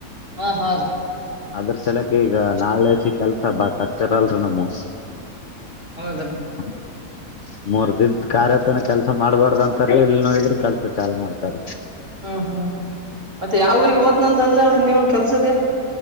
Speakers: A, on the right (about 50°); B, on the left (about 60°).
A: ಹಾ ಹಾ ರ
B: ಅದ್ರ ಸಲಕ ಈಗ ನಾಳೆಸಿ ಕೆಲ್ಸ ಬಾಕ್ ಕಟ್ತಾರಲ್ರಿ ನಮ್ಮ
A: ಹೌದ
B: <unintelligible> ಮೂರ್ ದಿನತ್ ಕಾರ್ಯತನ ಕೆಲ್ಸ ಮಾಡ್ಬಾರ್ದ ಅಂತಾರ ಇಲ್ಲಿ ನೋಡಿದ್ರೆ ಕೆಲ್ಸ ಚಾ ಮಾಡ್ತಾರ
A: ಹ್ಮ್ ಹ್ಮ್ ಮತ್ತೆ ಯಾವ ಊಗ್ ಓ್ನಂತ ಅಂದ್ರ ಅಲ್ರಿ ನೀವನ್ ಕೆಲ್ಸಕ್ಕೆ